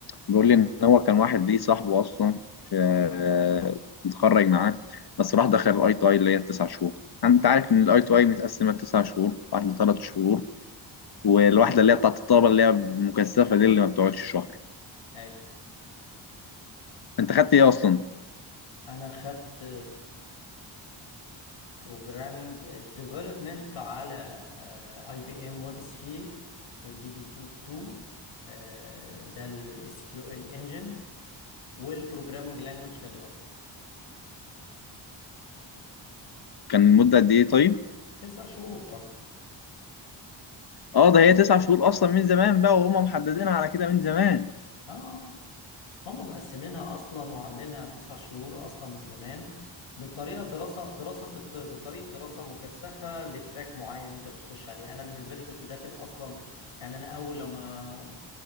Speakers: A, on the left; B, on the left.
A: بيقول
B: اه
A: لي ان هو كان واحد ليه صاحبه اصلا في آه، متخرج معاه بس راح دخل الاي تو اي اللي هي التسع شهور انت عارف ان الاي تو اي متقسمة تسع شهور واحدة ثلاث شهور والواحدة اللي هي بتاعت الطلبة اللي هي مكثفة دي اللي ما بتقعدش شهر
B: ايوه
A: انت خدت ايه اصلا
B: انا خدت بروجرامينج ديفلوبمنت على اي بي ام ويب سفير والدي بي 2 2 آه، ده الاس كيو ال انجن والبروجرامينج لانجوج كان جافا
A: كان المدة قد ايه طيب
B: تسع شهور برضه
A: اه ده هي تسع شهور اصلا من زمان بقى وهم محددينها على كده من زمان
B: اه هم مقسمينها اصلا وعاملينها تسع شهور اصلا من زمان بطريقه دراسه دراسه بط- بطريقه دراسه مكثفه لتراك معين انت بتخش عليه انا بالنسبه لي كنت داخل اصلا يعني انا اول لما